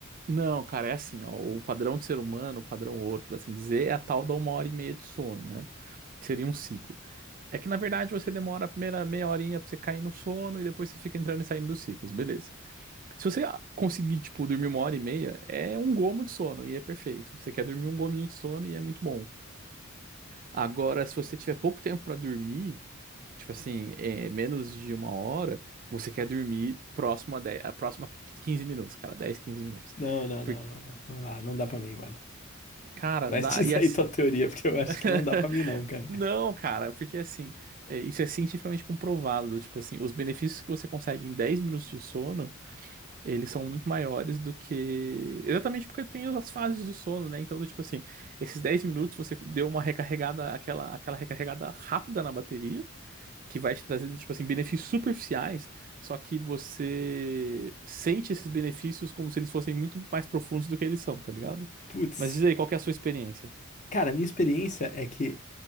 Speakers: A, on the right (about 40°); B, on the left (about 35°).
A: Não, cara, é assim, ó. O padrão do ser humano, o padrão ouro, por assim dizer, é a tal da uma hora e meia de sono, né? que seria um ciclo. É que, na verdade, você demora a primeira meia horinha pra você cair no sono e depois você fica entrando e saindo dos ciclos, beleza. Se você conseguir, tipo, dormir uma hora e meia, é um gomo de sono e é perfeito. Você quer dormir um gominho de sono e é muito bom. Agora, se você tiver pouco tempo pra dormir, tipo assim, é, menos de uma hora, você quer dormir próximo a dez a próxima 15 minutos, cara, 10 15 minutos.
B: Não, não,
A: Porque,
B: não, não, não dá, não dá pra mim, mano.
A: cara,
B: Mas
A: dá.
B: <laughs> diz
A: E assim...
B: aí tua teoria, porque eu acho
A: <laughs>
B: que não dá pra mim não, cara.
A: Não, cara, porque assim, é, isso é cientificamente comprovado. Tipo assim, os benefícios que você consegue em 10 minutos de sono Eles são muito maiores do que. Exatamente porque tem as fases do sono, né? Então, do tipo assim, esses 10 minutos você deu uma recarregada, aquela, aquela recarregada rápida na bateria, que vai te trazer, tipo assim, benefícios superficiais, só que você sente esses benefícios como se eles fossem muito mais profundos do que eles são, tá ligado?
B: Putz,
A: Mas diz aí, qual que é a sua experiência?
B: cara, a minha experiência é que